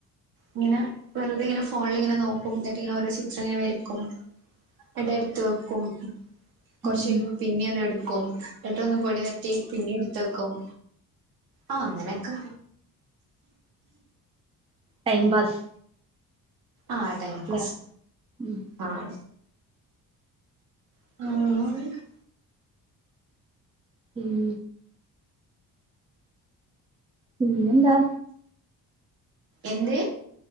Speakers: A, on the right (about 70°); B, on the right (about 15°).
A: ഇങ്ങനെ വെറുതെ ഇങ്ങനെ ഫോണിളിങ്ങനെ നോക്കും എന്നിട്ട് ഇങ്ങനെ ഓരോ ചിത്രം ഇങ്ങനെ വരക്കും ന്നിട്ട് അത് ഇടത്തു വെക്കും കൊറച്ച്
B: ഉം
A: കഴിയുമ്പോ പിന്നെ അത് എടുക്കും ന്നിട്ടൊന്ന് പൊടി തട്ടി പിന്നിം എടുത്തെക്കും ആഹ് അങ്ങനെക്കെ
B: ടൈം പാസ്
A: ആഹ് ടൈം പാസ്
B: ല്ലേ ഉം
A: ആഹ് ഉം
B: ഉം പിന്നെന്താ
A: എന്ത്